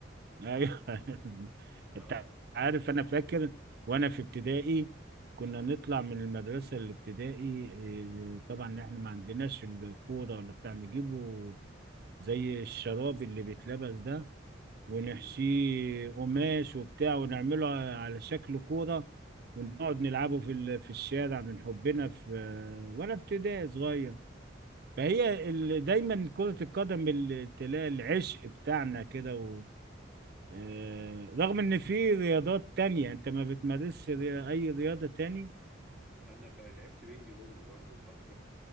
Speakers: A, on the right; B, in the centre.
A: ايوه <laughs>
B: اه
A: انت عارف انا فاكر وانا في ابتدائي كنا نطلع من المدرسة الابتدائي إيه،
B: مم.
A: طبعا احنا ما عندناش الكورة ولا بتاع نجيبه زي الشراب اللي بيتلبس ده ونحشيه
B: مم.
A: قماش وبتاع ونعمله على شكل كورة ونقعد نلعبه في ال- في الشارع من حبنا في آه، وانا في ابتدائي صغير فهي ال- دايما كرة القدم ال- تلاقي العشق بتاعنا كده و... آه، رغم ان في رياضات تانية انت ما بتمارسش ري- اي رياضة تاني
B: انا بقى لعبت بينج بونج برضو فترة